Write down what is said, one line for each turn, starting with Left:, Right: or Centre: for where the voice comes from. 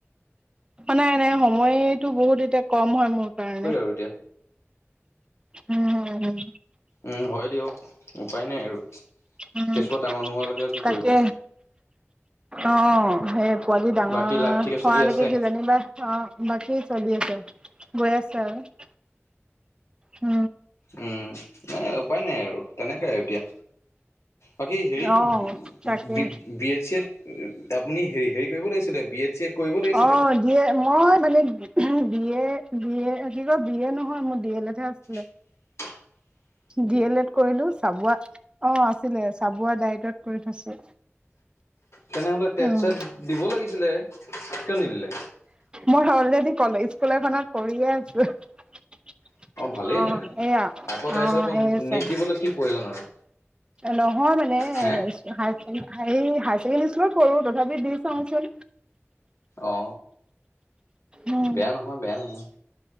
Right: নাই নাই সময়টো বহুত এতিয়া কম হয় মোৰ কাৰণে।
Left: হ দিয়া
Right: উম।
Left: উম হয় দিয়ক উপায় নাই আৰু। কেঁচুৱা
Right: উম
Left: ডাঙৰ নোহোৱালৈকে কি
Right: তাকে
Left: কৰিব।
Right: অ, সেই পোৱালি ডাঙৰ
Left: বাকী লাইফ ঠিকে
Right: হোৱালৈকে
Left: চলি আছে
Right: কি জানিবা অ, বাকী চলি আছে গৈ আছে আৰু! অ
Left: উম, নাই উপায় নাই আৰু তেনেকাই এতিয়া। বাকী হেৰি
Right: অ তাকে
Left: বি বি এ চি এত আপুনি হেৰি কৰিব লাগিছিলে? বি এ চি এত কৰিব লাগিছিলে?
Right: অ দিয়ে মই মানে বি এ বি এ কি কয় বি এ নহয় মোৰ ডী এ লেতহে আছিলে।
Left: <inaudible>
Right: ডি এল এড কৰিলো চাবুৱা অ আছিলে চাবুৱা দায়টত কৰি থৈছো।
Left: তেনেহ'লে টেট-চেট
Right: উম
Left: দিব লাগিছিলে! কিয় নিদিলে?
Right: মই অলৰেডি কলে স্কুল এখনত কৰিয়ে আছো।
Left: ভালেই
Right: অ
Left: তেনে
Right: সেইয়া
Left: আকৌ তাৰপিছত
Right: অ
Left: আকৌ
Right: সেই জন
Left: নেট দিবলৈ কি প্ৰয়োজন আৰু
Right: নহয় মানে,
Left: হে
Right: হাই হেই ছেকেণ্ডৰী স্কুলত তথাপি দি চাওচোন!
Left: অ,
Right: উম,
Left: বেয়া নহয়। বেয়া নহয়।